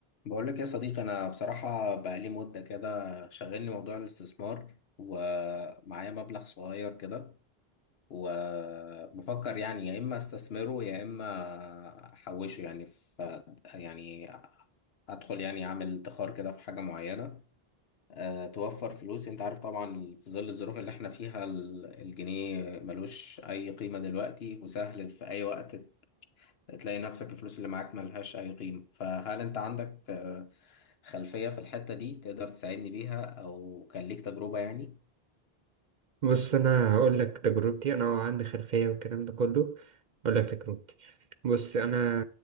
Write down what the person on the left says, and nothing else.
بقول لك يا صديقي انا بصراحه بقالي مده كده شغلني موضوع الاستثمار ومعايا مبلغ صغير كده وبفكر يعني يا اما استثمره يا اما احوشه يعني في يعني ادخل يعني اعمل ادخار كده في حاجه معينه أه توفر فلوس انت عارف طبعا في ظل الظروف اللي احنا فيها ال- الجنيه ملوش اي قيمه دلوقتي وسهل في اي وقت تلاقي نفسك الفلوس اللي معاك ملهاش أي قيمة فهل أنت عندك آه، خلفية في الحتة دي تقدر تساعدني بيها أو كان ليك تجربة يعني